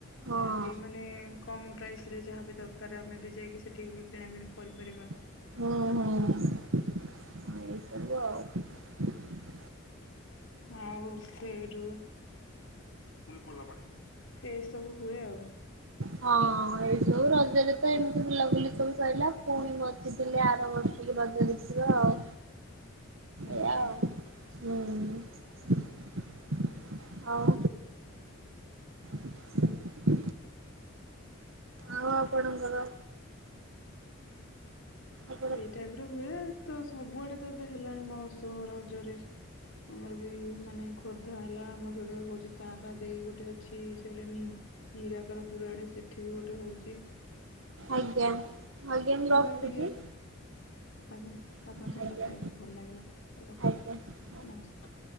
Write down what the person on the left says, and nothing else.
ଯାହାର ବି ମାନେ କମ ପ୍ରାଇସ ରେ ଯାହା ବି ଦରକାର। ଆମେ ବି ଯାଇକି ସେଠିକି ବି କିଣାକିଣି କରିପାରିବା।
ଆଉ ସେଇଠୁ। ଏସବୁ ହୁଏ ଆଉ।
ଆଜ୍ଞା।
ଏଇ ଟାଈପ୍ ର ହୁଏ। ତ ସବୁଆଡ଼େ ତ ଏବେ ହେଲାଣି ମହୋତ୍ସବ ରଜରେ ଆମର ବି ମାନେ ଖୋର୍ଦ୍ଧା ହେଲା ଆମ ଯୋଡେ ହଉଛି ତାରା ଦେଇ ଗୋଟେ ଅଛି ସିଆଡ଼େ ନି ନିରାକାର ପୁର ଆଡେ ସେଠି ବି ଗୋଟେ ହଉଛି
ସେ
ଜାଗାରେ
ଟିକେ ଆଜ୍ଞା ଆପଣଙ୍କ
ସାଙ୍ଗେ କଥା ହେଇ ବହୁତ ଭଲ ଲାଗିଲା ଏବେ ରଖନ୍ତୁ
ନମସ୍କାର।